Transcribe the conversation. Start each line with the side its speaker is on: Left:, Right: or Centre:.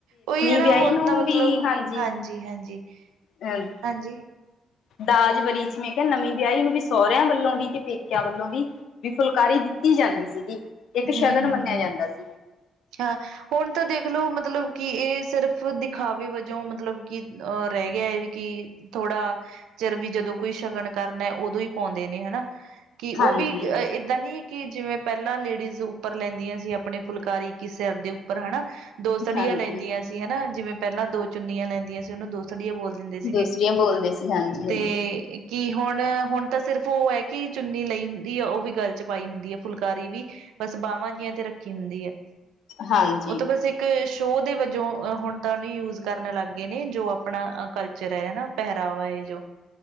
Right: ਉਹੀ ਹੈ ਨਾ
Left: ਵਿਆਹੀ
Right: ਹੁਣ
Left: ਨੂੰ
Right: ਤਾਂ ਮਤਲਬ
Left: ਵੀ ਹਾਂਜੀ
Right: ਹਾਂਜੀ-ਹਾਂਜੀ।
Left: ਅਹ
Right: ਹਾਂਜੀ
Left: ਦਾਜ ਵਰੀ ਚ ਮੈ ਕਿਹਾ ਨਵੀਂ ਵਿਆਹੀ ਨੂੰ ਵੀ ਸਹਰਿਆਂ ਵੱਲੋਂ ਵੀ ਤੇ ਪੇਕਿਆਂ ਵੱਲੋਂ ਵੀ। ਵੀ ਫੁਲਕਾਰੀ ਦਿੱਤੀ ਜਾਂਦੀ ਸੀਗੀ, ਇੱਕ ਸ਼ਗਨ
Right: ਹੂੰ,
Left: ਮੰਨਿਆ ਜਾਂਦਾ ਸੀ।
Right: ਹਾਂ, ਹੁਣ ਤਾਂ ਦੇਖਲੋ ਮਤਲਬ ਕਿ ਇਹ ਸਿਰਫ ਦਿਖਾਵੇ ਵਜੋਂ ਮਤਲਬ ਕਿ ਅਹ ਰਹਿ ਗਿਆ ਹੈ ਵੀ ਕਿ ਥੋੜਾ ਚਿਰ ਵੀ ਜਦੋਂ ਕੋਈ ਸ਼ਗਨ ਕਰਨਾ ਉਦੋਂ ਹੀ ਪਾਉਂਦੇ ਨੇ ਹਨਾ, ਕਿ ਉਹ
Left: ਹਾਂਜੀ
Right: ਵੀ ਅਹ ਇੱਦਾਂ ਨੀ ਹੈ ਕਿ ਜਿਵੇਂ ਪਹਿਲਾ ਲੇਡੀਜ਼ ਉੱਪਰ ਲੈਂਦੀਆ ਸੀ ਆਪਣੇ ਫੁਲਕਾਰੀ ਕਿ ਸਿਰ ਦੇ ਉੱਪਰ ਹਨਾ, ਦੋਸੜੀਆ
Left: ਹਾਂਜੀ
Right: ਲੈਂਦੀਆ ਸੀ ਹਨਾ ਜਿਵੇਂ ਪਹਿਲਾਂ ਦੋ ਚੁੰਨੀਆਂ ਲੈਂਦੀਆ ਸੀ ਉਹਨੂੰ ਦੋ ਥੋੜੀ ਬੋਲ ਦਿੰਦੇ ਸੀਗੇ
Left: ਦੂਸਰੀਆਂ ਬੋਲਦੇ ਸੀ ਹਾਂਜੀ
Right: ਤੇ
Left: ਹਾਂਜੀ
Right: ਕਿ ਹੁਣ ਹੁਣ ਤਾਂ ਸਿਰਫ ਉਹ ਹੈ ਕਿ ਚੁੰਨੀ ਲਈ ਦੀ ਆ ਉਹ ਵੀ ਗਲ ਚ ਪਾਈ ਹੁੰਦੀ ਹੈ ਫੁਲਕਾਰੀ ਵੀ ਬਸ ਬਾਹਵਾਂ ਜਿਆ ਤੇ ਰੱਖੀ ਹੁੰਦੀ ਹੈ,
Left: ਹਾਂਜੀ
Right: ਉਹ ਤਾਂ ਬਸ ਇੱਕ ਸ਼ੋਅ ਦੇ ਵਜੋਂ ਹੁਣ ਤਾਂ ਉਹਨੂੰ ਯੂਜ ਕਰਨ ਲੱਗ ਗਏ ਨੇ ਜੋ ਆਪਣਾ ਕਲਚਰ ਆ ਹੈ ਨਾ ਪਹਿਰਾਵਾ ਇਹ ਜੋ